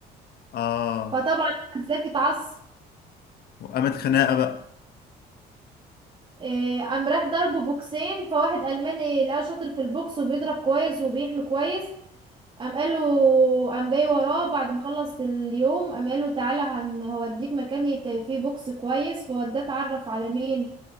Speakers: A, on the left; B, on the right.
A: اه
B: فطبعا احمد زكي اتعصب
A: وقامت خناقة بقى
B: إيه، قام راح ضربه بوكسين فواحد الماني لقاه شاطر في البوكس وبيضرب كويس وبيحمي كويس قام قال له قام جاي وراه بعد ما خلص اليوم قام قال له تعالى هن هوديك مكان يت... فيه بوكس كويس فوداه اتعرف على مين